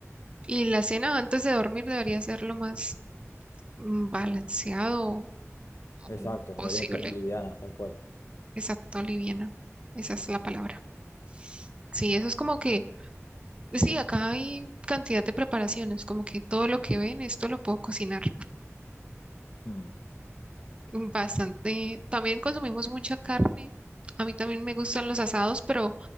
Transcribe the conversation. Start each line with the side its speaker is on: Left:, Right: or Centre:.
Right: Y la cena antes de dormir debería ser lo más mm, balanceado
Left: Exacto,
Right: o
Left: debería
Right: posible.
Left: ser liviana, tal cual.
Right: Exacto, liviana. Esa es la palabra. Sí, eso es como que, sí, acá hay cantidad de preparaciones, como que todo lo que ven, esto lo puedo cocinar.
Left: Hmm,
Right: Bastante. También consumimos mucha carne. A mí también me gustan los asados, pero